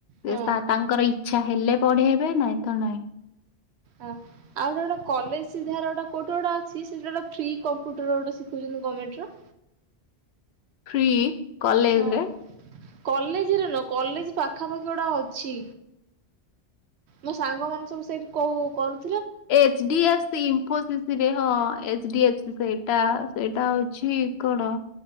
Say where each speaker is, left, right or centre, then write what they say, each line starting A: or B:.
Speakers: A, on the right; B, on the left.
A: ହଁ
B: ଏ ତା ତାଙ୍କର ଇଚ୍ଛା ହେଲେ ପଢେଇବେ ନାଇଁ ତ ନାଇଁ।
A: ହଁ। ଆଉ ଯୋଉଟା କଲେଜ ସିଧାରେ ଗୋଟେ କୋଉଠି ଗୋଟେ ଅଛି ସେ ଟୋଟାଲ ଫ୍ରି କମ୍ପ୍ୟୁଟର ଗୋଟେ ସିଖଉଛନ୍ତି ଗଭ୍ମେଣ୍ଟ ର।
B: ଫ୍ରି କଲେଜ
A: ହଁ
B: ରେ?
A: କଲେଜରେ ନୁହଁ କଲେଜ ପାଖାପାଖି ଗୋଟା ଅଛି। ମୋ ସାଙ୍ଗ ମାନେ ସବୁ ସେଇଠି କହୁ କରୁ
B: H D F C, Infosys ରେ ହଁ ଏଚ ଡି ଏଫ ସି ସେଇଟା ସେଇଟା ହଉଛି କଣ